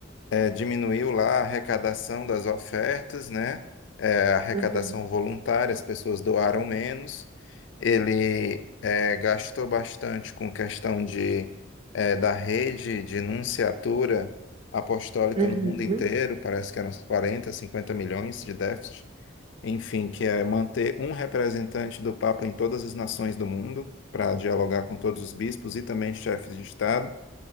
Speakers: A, on the left; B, on the right.
A: é, diminuiu lá a arrecadação das ofertas, né? É, a arrecadação
B: Uhum,
A: voluntária, as pessoas doaram menos. Ele é, gastou bastante com questão de, é, da rede de nunciatura apostólica
B: uhum,
A: no mundo inteiro,
B: uhum,
A: parece que eram uns 40, 50 milhões de déficit. Enfim, que é manter um representante do Papa em todas as nações do mundo, para dialogar com todos os bispos e também chefes de Estado.